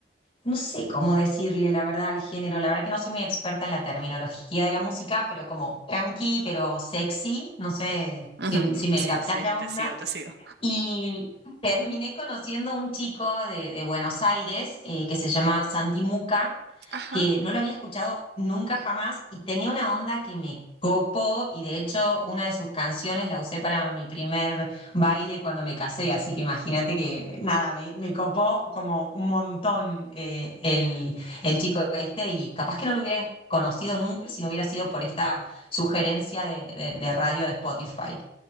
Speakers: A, on the left; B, on the right.
A: no sé cómo decirle la verdad al género, la verdad que no soy muy experta en la terminología de la música, pero como tranqui, pero sexy, no sé
B: Ujú,
A: si, si me
B: Sí,
A: captás
B: sí,
A: la
B: te
A: onda.
B: sigo, te sigo.
A: Y terminé conociendo a un chico de, de Buenos Aires eh, que se llama Santi Muca,
B: Ajá,
A: que no lo había escuchado nunca jamás y tenía una onda que me copó y de hecho una de sus canciones la usé para mi primer baile cuando me casé, así que imagínate que nada, me, me copó como un montón eh, el, el chico este y capaz que no lo hubiera conocido nunca si no hubiera sido por esta sugerencia de, de de radio de Spotify.